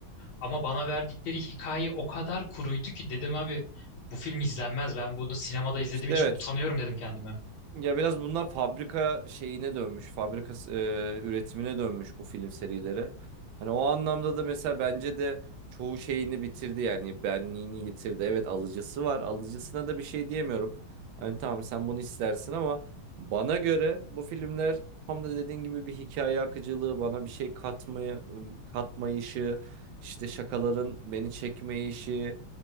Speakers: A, on the left; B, on the right.
A: Ama bana verdikleri hikaye o kadar kuruydu ki dedim abi bu film izlenmez. Ben bunu sinemada izlediğim
B: İşte
A: için
B: evet.
A: utanıyorum dedim kendime.
B: Ya biraz bunlar fabrika şeyine dönmüş, fabrika e, üretimine dönmüş bu film serileri. Hani o anlamda da mesela bence de çoğu şeyini bitirdi yani benliğini yitirdi. Evet alıcısı var, alıcısına da bir şey diyemiyorum. Hani tamam sen bunu istersin ama bana göre bu filmler tam da dediğin gibi bir hikaye akıcılığı, bana bir şey katmayı, katmayışı, işte şakaların beni çekmeyişi